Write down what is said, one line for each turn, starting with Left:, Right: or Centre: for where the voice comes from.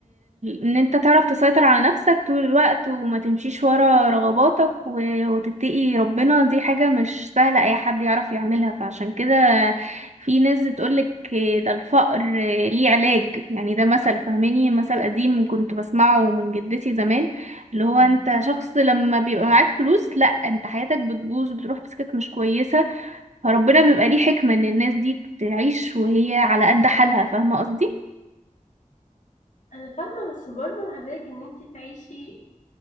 Right: ان انت تعرف تسيطر على نفسك طول الوقت وما تمشيش ورا رغباتك و- وتتقي ربنا دي حاجة مش سهلة اي حد يعرف يعملها فعشان كده في ناس بتقولك آه، ده الفقر آه، ليه علاج يعني ده مثل فاهماني مثل قديم كنت بسمعه من جدتي زمان اللي هو
Left: مم.
Right: انت شخص لما بيبقى معاك فلوس لا انت حياتك بتبوظ وبتروح في سكك مش كويسة فربنا بيبقى ليه حكمة ان الناس دي تعيش وهي على قد حالها فاهمة قصدي
Left: انا فاهمه بس برضه مع ذلك ان انت تعيشي